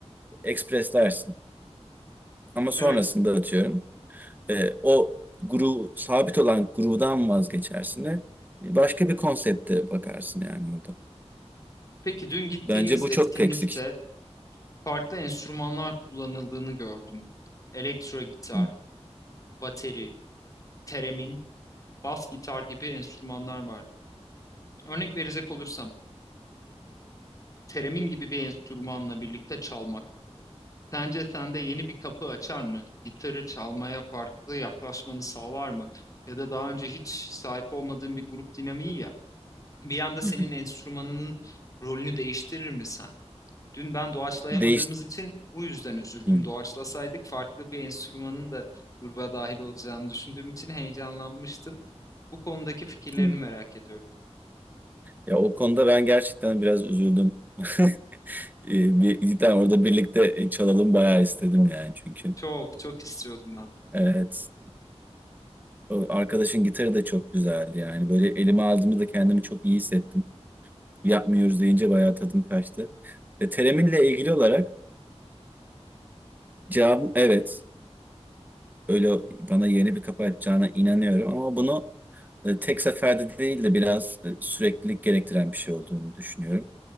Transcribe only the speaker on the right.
ekspreslersin. Ama sonrasında
atıyorum e, o groove, sabit olan groove'dan vazgeçersin ve başka bir konsepte bakarsın yani orada.
Bence bu
çok eksik.
Hı
hı.
Değiş...
Hı
hı.
Ya o konuda ben gerçekten biraz üzüldüm. <laughs> Ee, Bir, iki tane orada birlikte e, çalalım bayağı istedim yani çünkü.
Evet. O arkadaşın gitarı da çok güzeldi yani. Böyle elime aldığımda da kendimi çok iyi hissettim. Yapmıyoruz deyince bayağı tadım kaçtı. E, tereminle ilgili olarak cevabım evet. Öyle bana yeni bir kapı açacağına inanıyorum ama bunu e, tek seferde değil de biraz e, süreklilik gerektiren bir şey olduğunu düşünüyorum.